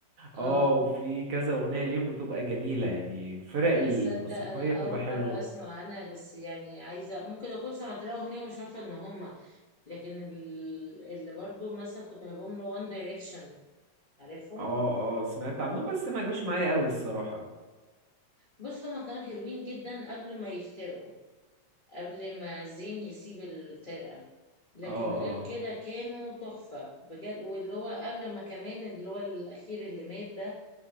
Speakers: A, on the left; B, on the right.
A: اه
B: اه وفي كذا اغنيه ليهم بتبقى جميله يعني الفرق
A: لا
B: الموسيقيه
A: تصدق انا
B: بتبقى
A: اول
B: حلوه
A: مره اسمع عنها بس يعني عايزه ممكن اكون سمعت لها اغنيه ومش عارفه ان هما لكن ال- اللي برضو مثلا كنت بحبهم له وان دايركشن عارفهم
B: اه اه سمعت عنه بس ما جوش معايا قوي الصراحه
A: بص هما كانوا حلوين جدا قبل ما يفترقوا قبل ما زين يسيب الفرقه لكن
B: اه
A: غير
B: اه
A: كده كانوا تحفه بجد واللي هو قبل ما كمان اللي هو الاخير اللي مات ده